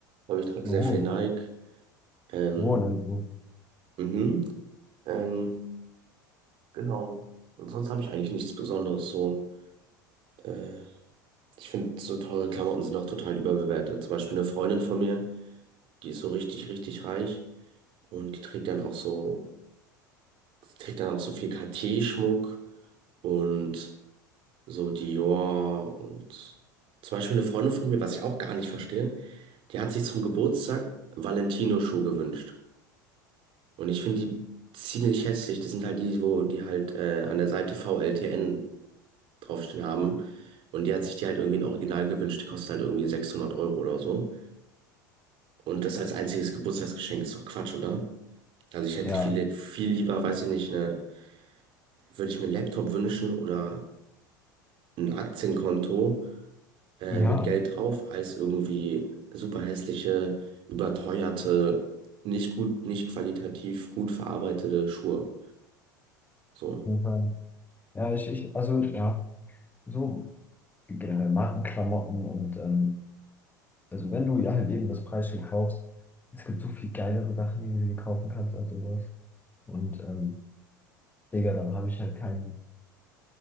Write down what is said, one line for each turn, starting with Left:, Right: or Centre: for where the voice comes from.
Right: Aber ich trage
Left: Oh,
Right: sehr viel Nike. Ähm,
Left: oh, dann
Right: mhm. Ähm, genau. Und sonst habe ich eigentlich nichts Besonderes so. Äh, ich finde, so teure Klamotten sind auch total überbewertet. Zum Beispiel eine Freundin von mir, die ist so richtig, richtig reich und die trägt dann auch so, trägt dann auch so viel Cartier-Schmuck und So Dior und zum Beispiel eine Freundin von mir, was ich auch gar nicht verstehe, die hat sich zum Geburtstag Valentino-Schuhe gewünscht. Und ich finde die ziemlich hässlich. Das sind halt die, wo die halt äh, an der Seite VLTN draufstehen haben. Und die hat sich die halt irgendwie in Original gewünscht. Die kosten halt irgendwie 600 Euro oder so. Und das als einziges Geburtstagsgeschenk ist doch Quatsch, oder? Also ich hätte
Left: Ja,
Right: viel, viel lieber, weiß ich nicht, ne, würde ich mir einen Laptop wünschen oder ein Aktienkonto äh,
Left: ja,
Right: mit Geld
Left: auf
Right: drauf, als irgendwie super hässliche, überteuerte, nicht gut, nicht qualitativ gut verarbeitete Schuhe. So.
Left: jeden Fall. Ja, ich, ich, also, ja, so generell Markenklamotten und, ähm, also, wenn du ja halt eben das Preisschild kaufst, es gibt so viel geilere Sachen, die du dir kaufen kannst als sowas. Und, ähm, Digga, dann habe ich halt keinen.